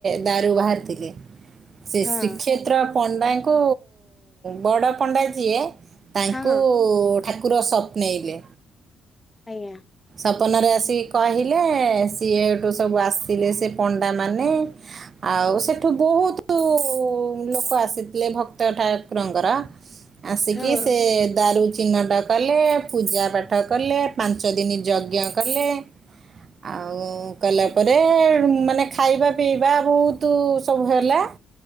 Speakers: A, on the right (about 45°); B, on the left (about 20°).
A: ଦାରୁ ବାହାରିଥିଲେ ସେ
B: ହଁ
A: ଶ୍ରୀକ୍ଷେତ୍ର ପଣ୍ଡାଙ୍କୁ ବଡ଼ ପଣ୍ଡା ଯିଏ ତାଙ୍କୁ
B: ହଁ
A: ଠାକୁର ସ୍ୱପ୍ନେଇଲେ।
B: ଆଜ୍ଞା।
A: ତପନରେ ଆସିକି କହିଲେ ସିଏ ଏଠୁ ସବୁ ଆସିଥିଲେ ସେ ପଣ୍ଡା ମାନେ ଆଉ ସେଠୁ ବହୁତୁ ଲୋକ ଆସିଥିଲେ ଭକ୍ତ ଠାକୁରଙ୍କର ଆସିକି
B: ହଁ
A: ସେ ଦାରୁ ଚିହ୍ନଟ କଲେ, ପୂଜା ପାଠ କଲେ, ପାଞ୍ଚ ଦିନ ଯଜ୍ଞ କଲେ। ଆଉ କଲା ପରେଳୁ ମାନେ ଖାଇବା ପିଇବା ବହୁତୁ ସବୁ ହେଲା।